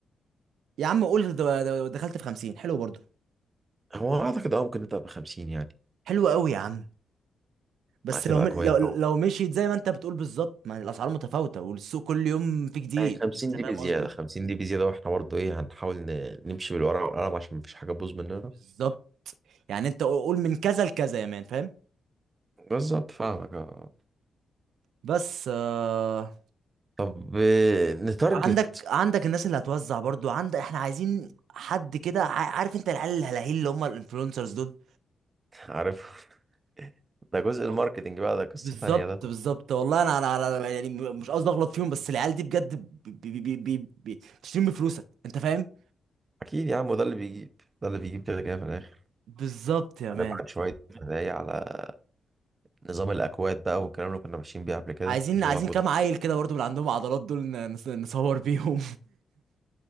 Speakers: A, on the right (about 80°); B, on the right (about 35°).
A: يا عم قول د- د- دخلت في 50 حلو برضه
B: هو أعتقد أه ممكن نبدأ ب 50 يعني
A: حلو قوي يا عم بس
B: هتبقى
A: لو م-
B: كويس
A: لو لو
B: طبعا
A: مشيت زي ما انت بتقول بالظبط ما الاسعار متفاوته والسوق كل يوم في جديد
B: يعني 50
A: انت
B: دي
A: فاهم
B: بزيادة
A: قصدي
B: 50 دي بزيادة وإحنا برضه إيه هنحاول ن- نمشي بالورقة والقلم عشان مفيش حاجة تبوظ مننا
A: بالظبط يعني انت قول من كذا لكذا يا مان فاهم
B: بالظبط فاهمك أه
A: بس آه
B: طب آه، نتارجت
A: عندك عندك الناس اللي هتوزع برضو عندك احنا عايزين حد كده ع- عارف انت العيال الهلاهيل اللي هم الانفلونسرز دول
B: عارف <laughs> ده جزء
A: وال-
B: الماركتينج بقى ده قصة
A: بالظبط
B: تانية ده
A: بالظبط والله انا انا أنا- يعني م- مش قصدي اغلط فيهم بس العيال دي بجد ب- ب- ب- ب- ب- بتشتري من فلوسك انت فاهم
B: أكيد يا عم وده اللي بيجيب ده اللي بيجيب كده كده في الآخر
A: بالظبط يا
B: هنبعت
A: مان
B: شوية هدايا على نظام الأكواد بقى والكلام اللي كنا ماشيين بيه قبل كده
A: عايزين
B: اللي
A: عايزين
B: هو كود
A: كام عيل كده برضو من عندهم عضلات دول ن- نص- نصور بيهم